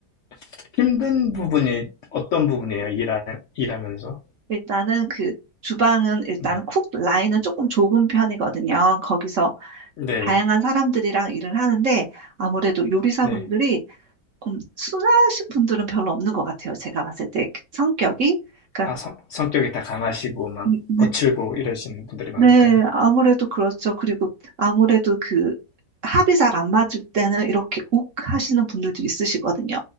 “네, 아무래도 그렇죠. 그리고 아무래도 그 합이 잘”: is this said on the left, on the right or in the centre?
Right